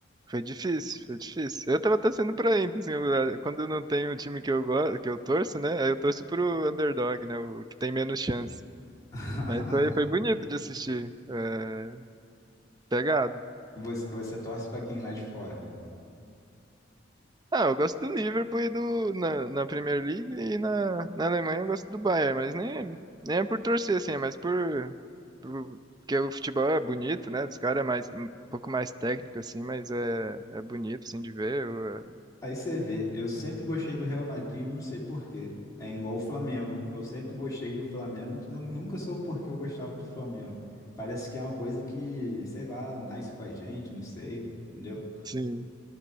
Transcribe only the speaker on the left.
<laughs>
Você, você torce pra quem lá de fora?
Aí você vê, eu sempre gostei do Real Madrid, não sei por quê. É igual o Flamengo. Eu sempre gostei do Flamengo, eu nunca soube por que eu gostava do Flamengo. Parece que é uma coisa que, sei lá, nasce com a gente, não sei, entendeu?